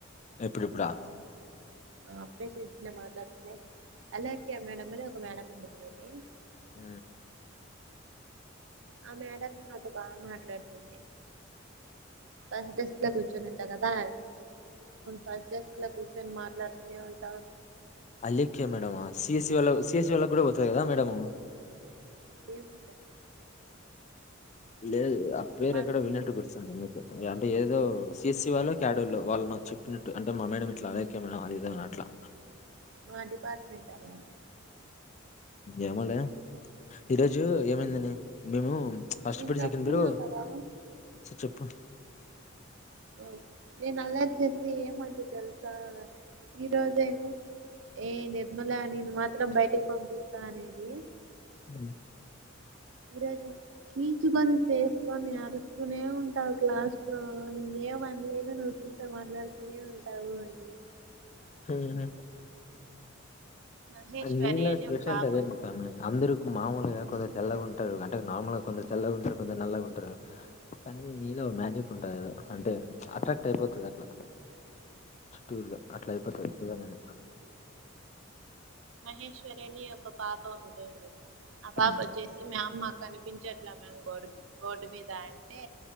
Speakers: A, on the left; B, on the right.
A: ఎప్పుడు ఇప్పుడా
B: ఆ అప్పుడే చేసింది మాట్లాడుతున్నా. అలేక్య మేడం అని ఒక మేడం ఉండేది మాక్
A: ఉ
B: ఆ మేడం నాతో బాగా మాట్లాడుతుంది. ఫస్ట్ డెస్క్ లో కూర్చోనింటా కదా ఫస్ట్ ఇట్ల కూర్చొని మాట్లాడుతూనే ఉంటాం
A: అలేక్య మేడమ్ ఆ సిఎస్ వాల్ల సిఎస్ వాల్లకు కూడా పోతది కదా మేడమూ
B: ఏమో
A: లేదు ఆ పేరు
B: మా
A: ఎక్కడో విన్నట్టు గుర్త్ అందుకు అంటే ఏదో సిఎసి వాళు క్యాడల్లో వాళ్ళు నాకు చెప్పినట్టు అంటే మా మేడం ఇట్లా అలేక్య మా ఇద అట్లా
B: మా డిపార్ట్మెంట్ ఆమె
A: ఏమోలే ఈరోజు ఏమైందని మేము ఫస్ట్
B: నేను
A: అపడు
B: చెప్తున్నా
A: సెకండ్ పడు
B: కదా
A: సర్ చెప్పు
B: ఆ నేను అల్లాచ్చేసి ఏమైందో తెలుసా ఈరోజేమో ఏ నిర్మలా నిన్ను మాత్రం బయటికి పంపిస్తా అనేది.
A: ఉ
B: ఈరోజు కీచుగొంతు ఏసుకొని అరుస్తూనే ఉంటావు క్లాస్ లో నిన్నే ఏం అనలేదు నువ్వు చూస్తే మాట్లాడుతూనే ఉంటావు అంటది.
A: హుహు
B: మహేశ్వరి
A: అది నీల
B: అని
A: స్పెషల్
B: ఒక పాప
A: కదా
B: ఉంటుంది
A: మాత్రమ అందరుకు మాముూలుగా కుదరి తెల్లగా ఉంటరు. అంటే నార్మల్ గా కొందరు తెల్లగా ఉంటరు. కొందరు నల్లగా ఉంటరు. కానీ నీలో మ్యాజిక్ ఉంటది. అంటే అట్రాక్ట్ అయిపోతది అట్లా చుట్టూరుగా అట్లా అయిపోతది నిజంగనే
B: మహేశ్వరి అని ఒక పాప ఉంటున్ ఆ పాప
A: ఉమ్.
B: వచ్చేసి మ్యామ్ మాక్ కనిపించట్ల మేమ్ గోడ బోర్డు మీద అంటే